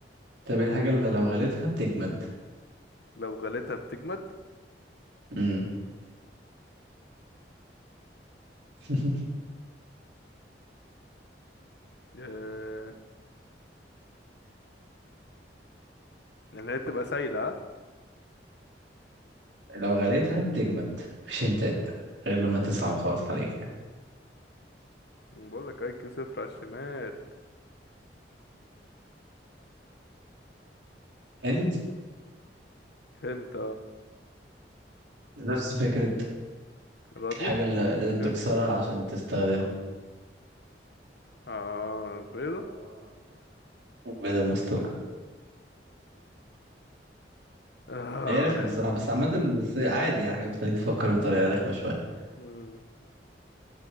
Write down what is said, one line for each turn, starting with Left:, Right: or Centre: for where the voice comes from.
Right: طب ايه الحاجة اللي لو غليتها بتجمد
Left: لو غليتها بتجمد
Right: مم. <laughs>
Left: آه... يعني هي بتبقى سايلة ها
Right: لو غليتها بتجمد مفيش هنتات غير لما تصعب خالص عليك
Left: بقول لك اي كيو صفر على الشمال
Right: هند
Left: انت
Right: نفس فكرة
Left: الراديو
Right: الحاجة اللي لازم
Left: التلفزيون
Right: تكسرها عشان تستخدمها
Left: اه بيضة
Right: آه بيضة مسلوقة
Left: آه.
Right: هي رخمة الصراحة بس عامة بس عادي يعني حاجة بتخليك تفكر بطريقة رخمة شوية
Left: مم.